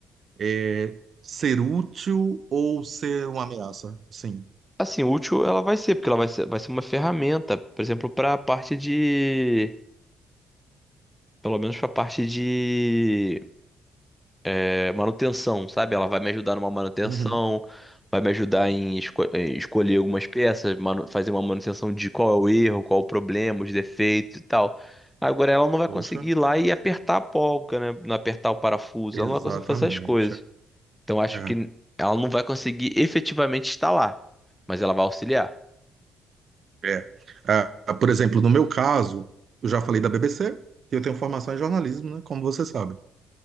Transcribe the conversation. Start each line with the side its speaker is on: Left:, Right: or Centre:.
Right: é, ser útil ou ser uma ameaça? Sim.
Centre: Assim, útil ela vai ser, porque ela vai ser, vai ser uma ferramenta, por exemplo, para a parte de Pelo menos pra parte de é, manutenção, sabe? Ela vai me ajudar numa manutenção,
Right: Uhum.
Centre: vai me ajudar em, esco- em escolher algumas peças, manu- fazer uma manutenção de qual é o erro, qual é o problema, os defeitos e tal. Agora ela não vai
Right: Poxa,
Centre: conseguir ir lá e apertar a polca, né? Não apertar o parafuso,
Right: exatamente.
Centre: ela não vai conseguir fazer essas coisas. Então acho
Right: É, é.
Centre: que ela não vai conseguir efetivamente instalar, mas ela vai auxiliar.
Right: É. Ah, ah, por exemplo, no meu caso, eu já falei da BBC, que eu tenho formação em jornalismo, né, como você sabe.